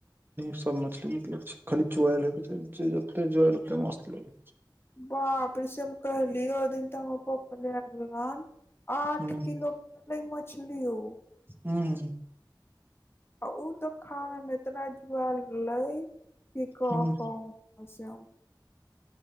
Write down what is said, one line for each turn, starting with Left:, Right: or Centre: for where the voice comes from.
Right: सब मछली निकलग छै, खाली जुएल होइके छै जे जते जुआल ओते मस्त लग
Left: बाप रे सेम कहली ओ दिन तऽ हमर लै गेलन आठ
Right: हूँ
Left: किलो के ल मछली हो
Right: ह्म
Left: आ उ त खान एतना जुआल रहले की कह
Right: हूँ
Left: कहू से हम